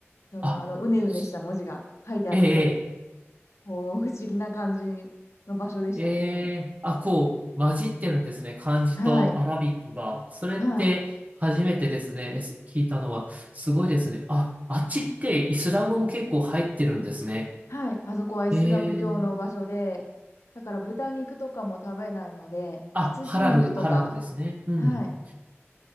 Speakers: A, on the left; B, on the right.
A: そのあのうねうねした文字が書いてあって、
B: あ、すええ、
A: こう不思議な感じの場所でしたね。
B: ええ、あ、こう、混じってるんですね。漢字とアラビックが。
A: はい。
B: それって初めてですね。
A: はい。
B: えす聞いたのは。すごいですね。あ、あっちってイスラムも結構入ってるんですね。
A: はい。あそこはイスラム教の場所で、
B: ええ、
A: だから豚肉とかも食べないので、
B: あ、
A: 羊肉とか、
B: ハラル、ハラルですね。うんうん。
A: はい。